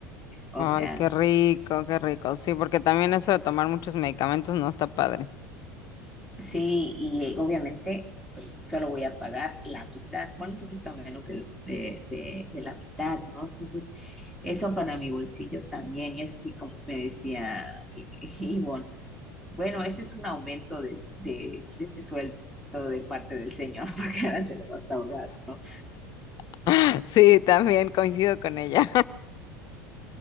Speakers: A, in the centre; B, on the left (about 45°).
A: O
B: Ay,
A: sea,
B: qué rico, qué rico. Sí, porque también eso de tomar muchos medicamentos no está padre.
A: Sí, y eh, obviamente, pues solo voy a pagar la mitad, bueno, un poquito menos del- de, de- de la mitad, ¿no? Entonces, eso para mi bolsillo también, y es así como me decía I- I- Ivonne, bueno, ese es un aumento de, de, de sueldo de parte del señor, <laughs> porque ahora te lo vas a ahorrar, ¿no?
B: <laughs> Sí, también coincido con ella.